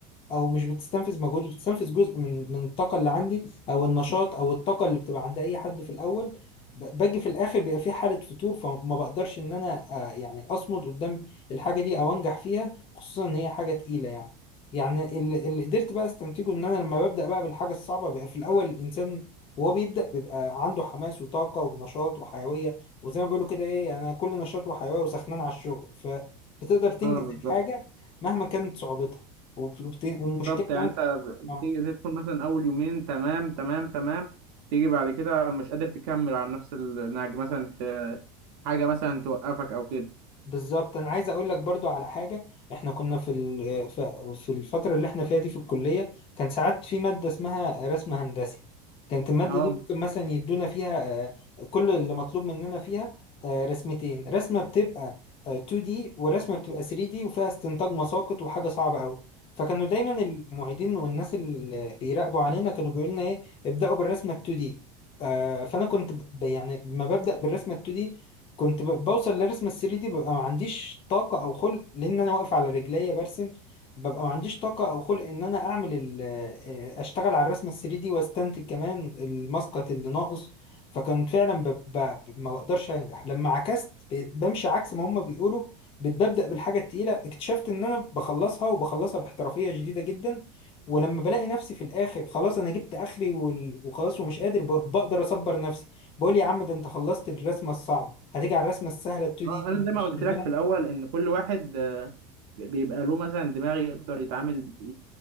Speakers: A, on the left; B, on the right.
A: او مش بتستنفذ مجهودي بتستنفذ جزء من من الطاقه اللي عندي او النشاط او الطاقه اللي بتبقى عند اي حد في الاول ب- باجي في الاخر بيبقى في حاله فتور فما بقدرش ان انا آه، يعني اصمد قدام الحاجه دي او انجح فيها خصوصا ان هي حاجه تقيله يعني يعني اللي, اللي قدرت بقى استنتجه ان انا لما ببدا بقى بالحاجه الصعبه بقى في الاول الانسان وهو بيبدا بيبقى عنده حماس وطاقه ونشاط وحيويه وزي ما بيقولوا كده ايه يعني انا كل نشاط وحيويه وسخنان على الشغل فبتقدر تنجز
B: أه بالظبط
A: الحاجه مهما كانت صعوبتها وفي- وفي- والمشكله
B: بالظبط يعني
A: كمان
B: أنت بتيجي
A: اه
B: تدخل مثلا أول يومين تمام تمام تمام تيجي بعد كده مش قادر تكمل على نفس النهج مثلا ت... حاجة مثلا توقفك أو كده
A: بالظبط انا عايز اقول لك برضو على حاجه احنا كنا في ال- ف- في الفتره اللي احنا فيها دي في الكليه كان ساعات في ماده اسمها رسم هندسي كانت الماده
B: أه
A: دي ممكن مثلا يدونا فيها آه، كل اللي مطلوب مننا فيها آه، رسمتين رسمه بتبقى آه، 2D ورسمه بتبقى 3D وفيها استنتاج مساقط وحاجه صعبه قوي فكانوا دايما المعيدين والناس اللي بيراقبوا علينا كانوا بيقولوا لنا ايه ابداوا بالرسمه ال 2D آه، فانا كنت ب- يعني ما ببدا بالرسمه ال 2D كنت ب- بوصل لرسم ال 3 دي ببقى ما عنديش طاقة أو خلق لأن أنا واقف على رجليا برسم ببقى ما عنديش طاقة أو خلق إن أنا أعمل ال- آه، أشتغل على الرسم ال 3 دي وأستنتج كمان المسقط اللي ناقص فكنت فعلا ب... ب... ب- ما بقدرش أنجح لما عكست بقيت بمشي عكس ما هما بيقولوا بت- ببدأ بالحاجة التقيلة اكتشفت إن أنا بخلصها وبخلصها باحترافية شديدة جدا ولما بلاقي نفسي في الآخر خلاص أنا جبت آخري وال- وخلاص ومش قادر ب- بقدر أصبر بقول يا عم ده انت خلصت الرسمه الصعبه هتيجي على الرسمه السهله ال 2
B: اه
A: دي دي
B: انا زي ما
A: مش
B: قلت
A: هتعملها
B: لك في الاول ان كل واحد آه، بيبقى له مثلا دماغ يقدر يتعامل ي-